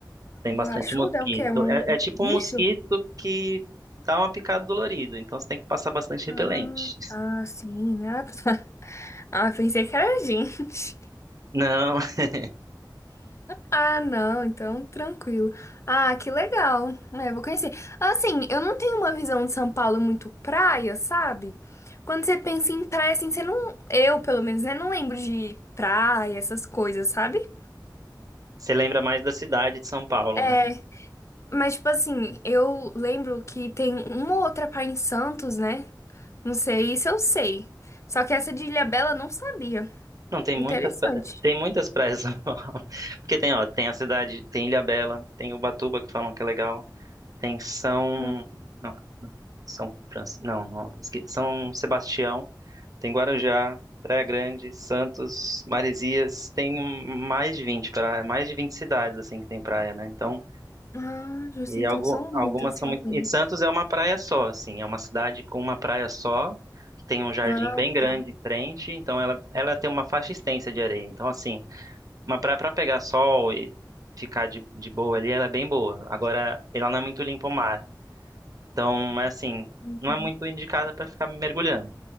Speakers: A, on the right; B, on the left.
A: Tem bastante
B: Borrachuda
A: mosquito.
B: é o quê? É Um
A: É, é tipo
B: bicho?
A: um mosquito que dá uma picada dolorida, então você tem que passar bastante repelente.
B: Ah, tá, sim. Ah, tá. Ah, pensei que era a gente. <laughs>
A: Não, <laughs>
B: Ah, não, então tranquilo. Ah, que legal. É, vou conhecer. Assim, eu não tenho uma visão de São Paulo muito praia, sabe? Quando você pensa em praia, assim, você não. Eu, pelo menos, né, não lembro de praia, essas coisas, sabe?
A: você lembra mais da cidade de São Paulo,
B: É,
A: né?
B: mas, tipo assim, eu lembro que tem uma ou outra praia em Santos, né? Não sei, isso eu sei. Só que essa de Ilhabela eu não sabia.
A: Não, tem muita,
B: Interessante.
A: tem muitas praias de São Paulo. <laughs> Porque tem, ó, tem a cidade, tem Ilhabela, tem Ubatuba que falam que é legal, tem São,
B: Hum.
A: não, São Francisco, não, não, esque- São Sebastião, tem Guarujá, Praia Grande, Santos, Maresias, tem mais de 20 praias, mais de 20 cidades assim que tem praia, né? Então
B: Ah, justo,
A: E
B: então
A: algu-
B: são
A: algumas
B: muitas,
A: são
B: realmente.
A: muito. E Santos é uma praia só, assim, é uma cidade com uma praia só, que tem um jardim
B: Ah,
A: bem grande
B: tá.
A: em frente, então ela, ela tem uma faixa extensa de areia. Então, assim, uma praia para pegar sol e ficar de, de boa ali, ela é bem boa. Agora, ela não é muito limpa o mar. Então, é assim,
B: Uhum.
A: não é muito indicada para ficar mergulhando.